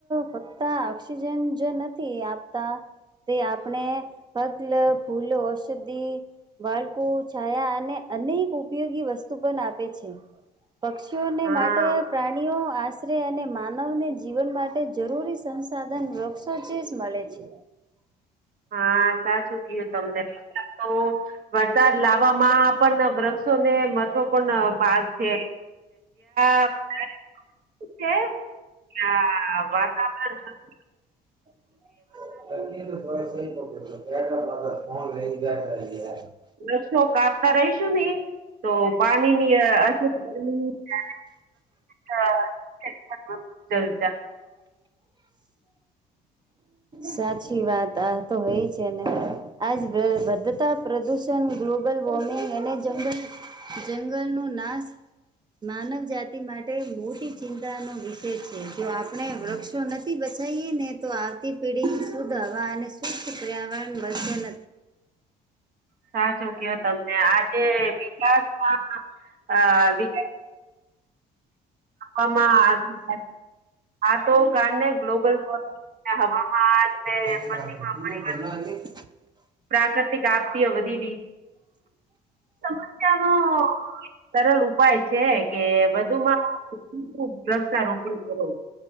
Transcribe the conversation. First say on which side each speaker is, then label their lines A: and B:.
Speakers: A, on the right (about 25°); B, on the right (about 55°).
A: ફક્ત ઓક્સિજન જ નથી આપ તા તે આપણે પગલ ફૂલ, ઔષધી, બાળકો છાયા અને અનેક ઉપયોગી વસ્તુ પણ આપે છે. પક્ષીઓની
B: હા
A: માટે પ્રાણીઓ આશરે અને માનવને જીવન માટે જરૂરી સંસાધન વૃક્ષ શું ચીઝ મળે છે?
B: હા સાચું કું તમને તો વરસાદ લાવવામાં પણ વૃક્ષોને મહત્વપૂર્ણ ભાગ છે. <unintelligible> ત્યા વાત <unintelligible>
A: <unintelligible>
B: વૃક્ષો કાપતા રહીશું ને તો પાણીની અછ ગરમીની હા ચલતા
A: સાચી વાત આ તો હ છે, ને આજ વ વધતા પ્રદુ ષણ ગ્લોબલ વોર્મિંગ અને જંગલ જંગલ નો નાશ માનવ જાતિ માટે મોટી ચિંતા નો વિષય છે, જો આપણે વૃક્ષો ન થી બચાઈએ ને તો આવતી પેઢી ની શુદ્ધ હવા અને શુદ્ધ પર્યાવરણ વધસે ન
B: સાચો કયો તમને આજે વિકાસમાં અ વિકાસ આપ આ આ તો કારણને ગ્લોબલ વોર્મિંગ હવામાન ને
A: <unintelligible>
B: બધી આપણી પ્રાકૃતિક આપતિઓ વધી રહી સમસ્યા નો સરલ ઉપાય છે કે વધુમાં વૃક્ષા રોપણી કરો